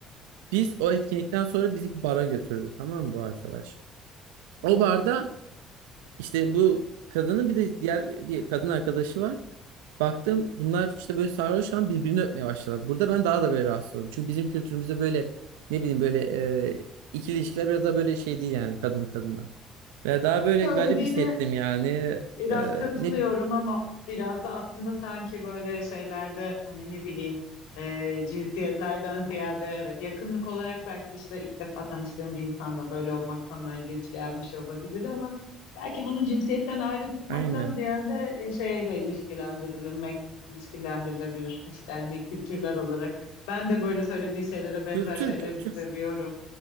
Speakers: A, on the right; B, on the left.
A: biz o etkinlikten sonra bizi bir bara götürdü tamam mı bu arkadaş? O
B: Evet.
A: barda işte bu kadının bir de diğer bir kadın arkadaşı var. Baktım bunlar işte böyle sarhoş an birbirini öpmeye başladılar. Burada ben daha da böyle rahatsız oldum. Çünkü bizim kültürümüzde böyle ne bileyim böyle e, ikili ilişkiler biraz daha böyle şey değil yani kadın kadına. Ve daha böyle
B: Söylediğine
A: garip hissettim yani.
B: biraz
A: E,
B: katılıyorum
A: ne bileyim.
B: ama biraz da aslında sanki böyle şeylerde hani ne bileyim e, cinsiyetlerden ziyade evet yakınlık olarak belki işte ilk defa tanıştığım bir insanla böyle olmak sana ilginç gelmiş olabilir ama belki bunu cinsiyetten ayrı tutmaktan
A: Aynen.
B: ziyade e, şeyle ilişkilendirilmek ilişkilendirilebilir işte hani kültürler olarak ben de böyle söylediği şeylere benzer
A: Kültür
B: şeyler
A: kültür.
B: hissediyorum.